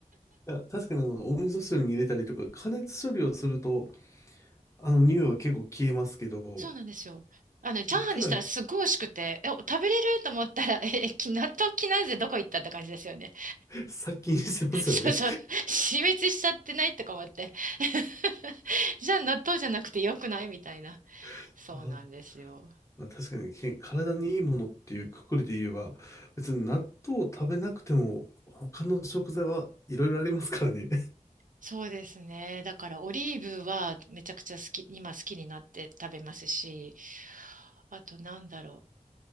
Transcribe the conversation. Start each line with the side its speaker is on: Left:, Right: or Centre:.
Left: いや、確かにあの、お味噌汁に入れたりとか、加熱処理をすると、あの、匂いは結構消えますけど、
Right: そうなんですよ。あの、チャーハンにしたらすごい美味しくて、
Left: ただ、
Right: え、食べれると思ったら、<laughs> え、き納豆キナーゼどこ行ったって感じですよね。
Left: 殺菌してますよね。
Right: <laughs> そうそう。死滅しちゃってないとか思って。<laughs> じゃあ納豆じゃなくてよくないみたいな。
Left: <laughs>
Right: そうなんですよ。
Left: あーまあ、確かにけ体にいいものっていうくくりで言えば、別に納豆を食べなくても他の食材はいろいろありますからね。
Right: そうですね。だからオリーブはめちゃくちゃ好き、今好きになって食べますし、あとなんだろう。